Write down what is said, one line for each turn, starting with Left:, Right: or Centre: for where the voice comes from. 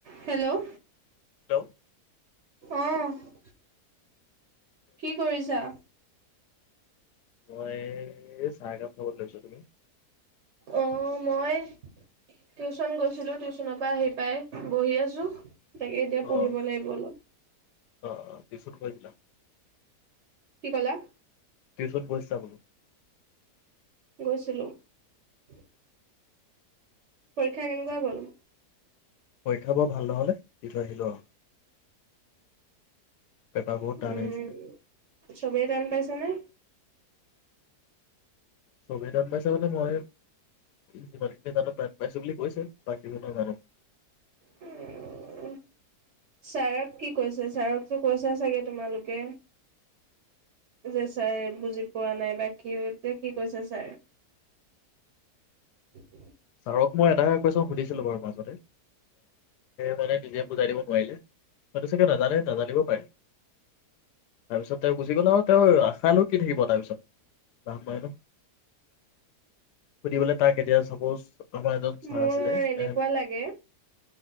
Right: Hello
Left: hello
Right: অ কি কৰিছা
Left: মই চাহ একাপ খাব লৈছো তুমি
Right: অ' মই টিউচন গৈছিলো টিউচনৰ পৰা আহি পাই বহি আছোঁ তাকে এতিয়া
Left: অ',
Right: পঢ়িব লাগিব অলপ
Left: অ অ পিছত কৈ ছিলা
Right: কি কলা
Left: টিচোনত গৈছিলা বলো
Right: গৈছিলো <unintelligible> পৰীক্ষা কেনেকুৱা বোলো
Left: পৰীক্ষা বৰ ভাল নহল দি থৈ আহিলো আৰু পেপাৰ বহুত টান
Right: উম
Left: আহিছিলে।
Right: চবেই টান পাইছে নে
Left: চবেই টান পাইছে মানে মই যিমানখিনি জানো টান পাইছো বুলি কৈছে বাকি কথা নাজানো
Right: উম ছাৰক কি কৈছে ছাৰকতো কৈছা চাগে তোমালোকে যে ছাৰ বুজি পোৱা নাই বাকি যে কি কৈছে ছাৰে <unintelligible>
Left: আৰুক মই এটা কৈছো সুধিছো বাৰু মানে চাৰে মানে নিজে বুজাই দিব পোৱাইলো মান চাগে নাজানে নাজানিব পাৰে তাৰপিছত তেওঁ গুচি গ'ল ন তেওঁ খাই নো কি থাকিব তাৰপিছত বাহ বাই ন সুধিবলৈ তাক এতিয়া চাপজ আমাৰ এজন ছাৰ
Right: মোৰ
Left: আছিলে।
Right: এনেকুৱা
Left: এ
Right: লাগে